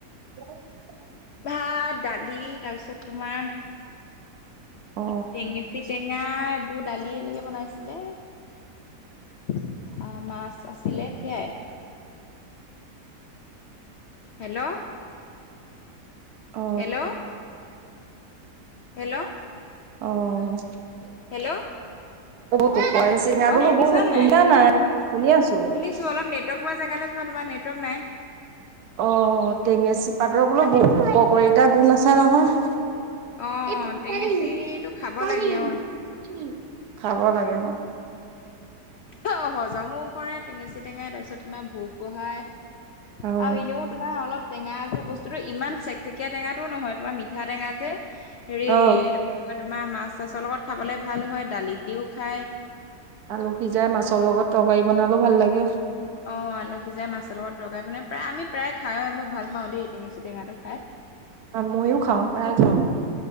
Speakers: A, on the right; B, on the left.
A: <unintelligible>
B: ভাত দালি তাৰপিছত তোমাৰ
A: অ
B: টেঙেচি টেঙা এইবোৰ দালি এনেকে বনাইছিলে। আহ মাছ আছিলে সেয়াই। হেল্ল'
A: অ
B: হেল্ল' হেল্ল'
A: অ
B: হেল্ল'
A: <unintelligible> টেঙাটো
B: অ শুনিছা
A: বহুত
B: নাই?
A: শুনা শুনি আছো
B: শুনিছো অলপ নেটৱৰ্ক প জেগালৈ যোৱা। তোমাৰ নেটৱৰ্ক নাই।
A: অ টেঙেচী পাতৰ বোলো বহুত উপকাৰীতা গুণ আছো নহয়।
B: অ
A: এই টোককাৰি
B: টেঙেচিটো খাব
A: পানী
B: লাগে
A: ই
B: অ
A: খাব লাগে।
B: অ হজমো কৰে টেঙেচি টেঙাই তাৰপিছত তোমাৰ ভোক বহাই।
A: হয়
B: আৰু এনেও তোমাৰ অলপ। টেঙা যে বস্তুতটো ইমান চেকচেকীয়া টেঙাতটো নহয় তোমাৰ মিঠা টেঙা যে হেৰি
A: অ
B: এইটো কি কয় তোমাৰ মাছ চাছৰ লগত খাবলে ভাল হয় দালিত দিওঁ খায়।
A: আলু সিজাই মাছৰ লগত তৰকাৰী বনালো ভাল লাগে।
B: অ আলুসিজাই মাছৰ লগত তৰকাৰাই বনাই প্ৰায় আমি প্ৰায় খায় মোৰ ভাল পাওঁ দেই টেঙা চিটেঙাটো খাই।
A: অ মইয়ো খাওঁ
B: অ
A: প্ৰায় খাওঁ।